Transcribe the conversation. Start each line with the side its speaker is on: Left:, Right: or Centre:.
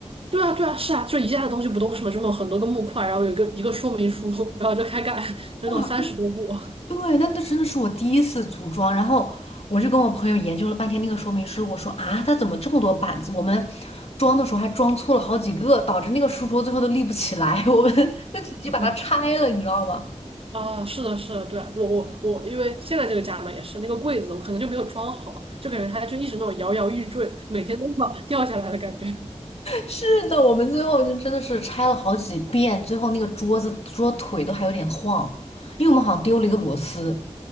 Right: 对啊对啊，是啊，就宜家的东西不都是嘛，这种很多个木块，然后有一个一个说明书，然后就开干，就那种三十多步。
Left: 哇，那
Right: <laughs>
Left: 对，那那真的是我第一次组装，然后我就跟我朋友研究了半天那个说明书，我说啊，它怎么这么多板子？我们装的时候还装错了好几个，导致那个书桌最后都立不起来，我们 <laughs> 就直接把它拆了，
Right: 嗯
Left: 你知道吗？
Right: 啊，是的，是的，对啊我我我，因为现在这个家嘛也是那个柜子，我可能就没有装好，就感觉它就一直那种摇摇欲坠，每天都要掉下来的感觉。<laughs>
Left: 是的，我们最后就真的是拆了好几遍，最后那个桌子桌腿都还有点晃，因为我们好像丢了一个螺丝。